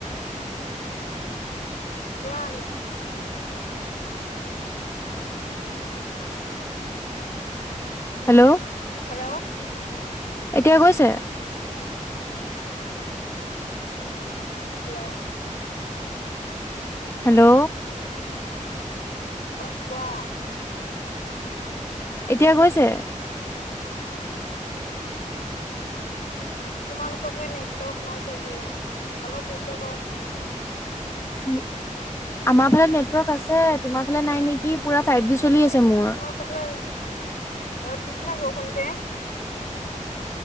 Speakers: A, on the left (about 85°); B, on the left (about 20°).
A: কোৱা আৰু
B: হেল্ল'
A: <unintelligible> হেল্ল', <unintelligible>
B: এতিয়া গৈছে?
A: হেল্ল',
B: হেল্ল',
A: অ কোৱা।
B: এতিয়া গৈছে?
A: <unintelligible> তোমালোকক মানে নেটৰ্ক নাই চাগে অলপ দুছে কোৱাচোন
B: উ আমাৰ ফালে নেটৱৰ্ক আছে। তোমাৰ ফালে
A: অ
B: নাই নেকি পুৰা ফাইভ জি চলি আছে মোৰ।
A: তোমাৰ কপালৰ ৰদ দিছিনা ব শোনছে